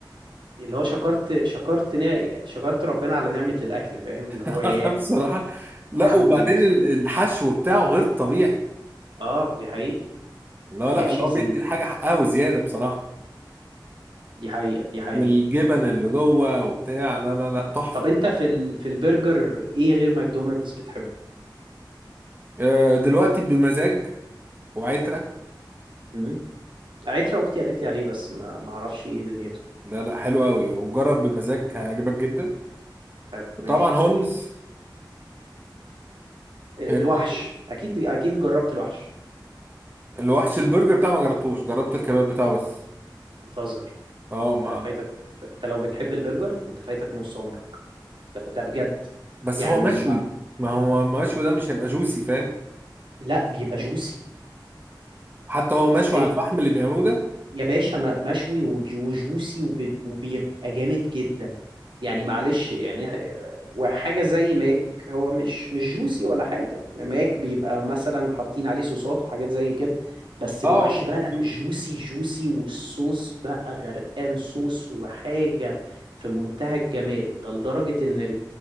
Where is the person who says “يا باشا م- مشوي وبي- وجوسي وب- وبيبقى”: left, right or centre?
Right